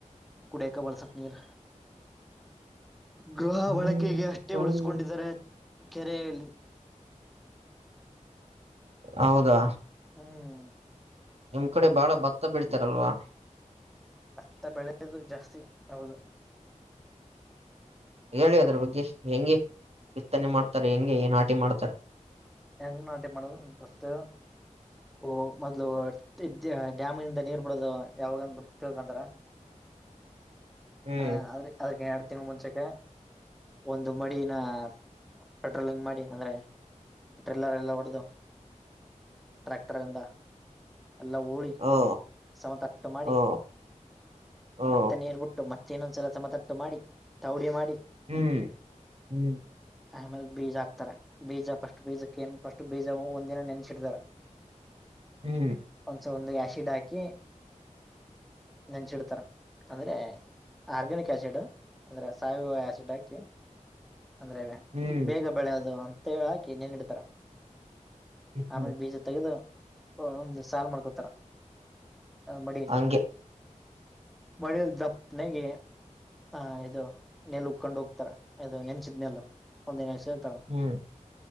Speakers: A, in the centre; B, on the right.
A: ಕುಡೆಕ್ ಬಳಸಕ್ ನೀರ. ಗೃಹ
B: ಹ್ಮ್
A: ಬಳಕೆಗೆ ಅಷ್ಟೇ
B: ಹ್ಮ್
A: ಉಳಿಸಕೊಂಡಿದ್ದಾರೆ ಕೆರೆಯಲ್ಲಿ.
B: ಹೌದಾ
A: ಹ್ಮ್
B: ನಿಮ್ ಕಡೆ ಬಾಳ ಭತ್ತ ಬೆಳೀತಾರಲ್ವಾ.
A: ಭತ್ತ ಬೆಳೆದು ಜಾಸ್ತಿ ಹೌದು.
B: ಹೇಳಿ ಅದ್ರ ಬಗ್ಗೆ ಹೆಂಗೆ ಬಿತ್ತನೆ ಮಾಡ್ತಾರೆ ಹೆಂಗೆ ಏ ನಾಟಿ ಮಾಡ್ತಾರ.
A: ಹೆಂಗ ನಾಟಿ ಮಾಡದು ಫಸ್ಟು ಓ ಮೊದ್ಲು. <unintelligible> ಡ್ಯಾಮಿಂದ ನೀರ್ ಬಿಡೋದು ಯಾವಾಗಂಗ ಗೊತ್ತ <unintelligible> ತಿಳ್ಂದ್ರ
B: ಹ್ಮ್
A: ಹಾ ಆದ್ರೆ ಅದಕ್ಕೆ ಎರಡ ತಿಂಗಳ ಮುಂಚೆಕ್ಕೆ ಒಂದು ಮಡಿನ ಪೆಟ್ರೋಲಿಂಗ್ ಮಾಡಿ ಅಂದ್ರೆ. ಟ್ರಿಲ್ಲರ್ ಎಲ್ಲ ಹೊಡದು ಟ್ರ್ಯಾಕ್ಟರಿಂದ. ಎಲ್ಲ ಹೂಳಿ
B: ಓ
A: ಸಮತಟ್ಟ ಮಾಡಿ.
B: ಓ ಓ
A: ಮತ್ತೆ ನೀರ್ ಬಿಟ್ಟು ಮತ್ತೆ ಇನ್ನೊಂದ್ಸಲ ಸಮತಟ್ಟು ಮಾಡಿ ತೌಡಿ ಮಾಡಿ.
B: ಹ್ಮ್ ಹ್ಮ್
A: ಆಮೇಲೆ ಬೀಜ ಹಾಕ್ತಾರ ಬೀಜ ಫಸ್ಟ್ ಬೀಜಕ್ಕೇನ ಫಸ್ಟ್ ಬೀಜ ಒಂದಿನ ನೆನ್ಸಿಡ್ತಾರ.
B: ಹ್ಮ್
A: ಒಂದ್ಸ ಒಂದು ಯಾಶಿಡ್ ಹಾಕಿ ನೆನ್ಶಿಡ್ತಾರ ಅಂದ್ರೆ. ಆರ್ಗ್ಯನಿಕ್ ಯಾಸಿಡ್ ಅಂದ್ರೆ ಸಾವಯವ ಯಾಸಿಡ್ ಹಾಕಿ. ಅಂದ್ರೆವೆ
B: ಹ್ಮ್
A: ಬೇಗ ಬೆಳೆಯೋದು ಅಂತ ಹಾಕಿ ನೀನ್ ಇಡ್ತಾರ
B: ಹ್ಮ್
A: ಆಮೇ ಬೀಜತಗದು ಒಂದು ಸಾಲ್ ಮಾಡ್ಕೊತಾರ ಮಡಿಯಲ್ಲಿ
B: ಹಂಗೆ
A: ಮಳೇಲ್ ದಪ್ಪನಾಗ ಆ ಇದು ನೆಲ್ ಉಕೊಂಡು ಹೋಗ್ ಅದು ನೆನ್ಸಿದ್ನಲ್ಲ ಒಂದನ ಸೇಳ್ತ
B: ಹ್ಮ್